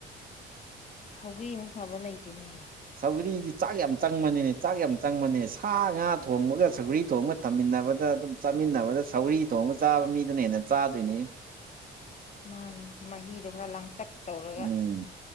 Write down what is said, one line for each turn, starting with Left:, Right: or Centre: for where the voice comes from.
Left: ꯁꯧꯒ꯭ꯔꯤꯃꯨꯛ ꯐꯕ ꯂꯩꯇꯦꯅꯦꯍ
Right: ꯁꯧꯒꯔꯤꯗꯤ ꯆꯥꯛ ꯌꯥꯝ ꯆꯪꯕꯅꯤꯅꯦ ꯆꯥꯛ ꯌꯥꯝ ꯆꯪꯕꯅꯦ ꯁꯥ ꯉꯥ ꯊꯣꯡꯕꯒ ꯁꯧꯒꯔꯤ ꯊꯣꯡꯕꯒ ꯊꯝꯃꯤꯟꯅꯕꯗ ꯑꯗꯨꯝ ꯆꯥꯃꯤꯟꯅꯕꯗ ꯁꯧꯒꯔꯤ ꯊꯣꯡꯕ ꯆꯥꯕ ꯃꯤꯗꯅ ꯍꯦꯟꯅ ꯆꯥꯗꯣꯏꯅꯤ
Left: ꯃꯥꯅꯦ ꯃꯍꯤꯗꯣ ꯈꯔ ꯂꯥꯡꯇꯛ ꯇꯧꯔꯒ
Right: ꯎꯝ